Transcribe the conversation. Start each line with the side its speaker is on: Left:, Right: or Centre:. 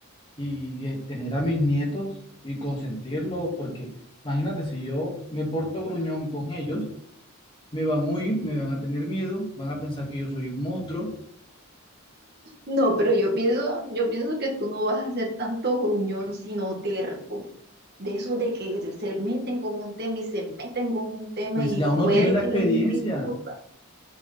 Left: y eh, tener a mis nietos y consentirlos, porque imagínate, si yo me porto gruñón con ellos, me van a huir, me van a tener miedo, van a pensar que yo soy un monstruo,
Right: No, pero yo pienso, yo pienso que tú no vas a ser tanto gruñón, sino terco. de esos de que se meten con un tema y se meten con un tema
Left: pues
Right: y
Left: ya uno
Right: puede
Left: tiene la
Right: que
Left: experiencia.
Right: le den excusa.